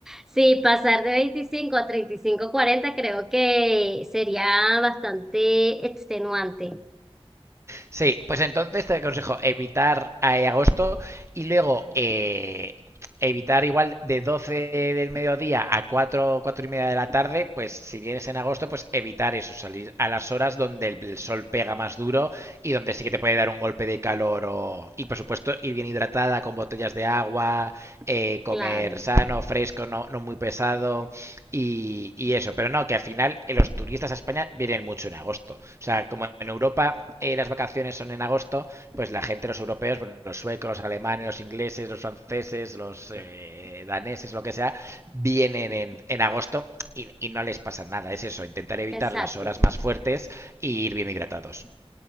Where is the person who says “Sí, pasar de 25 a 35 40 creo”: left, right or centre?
Centre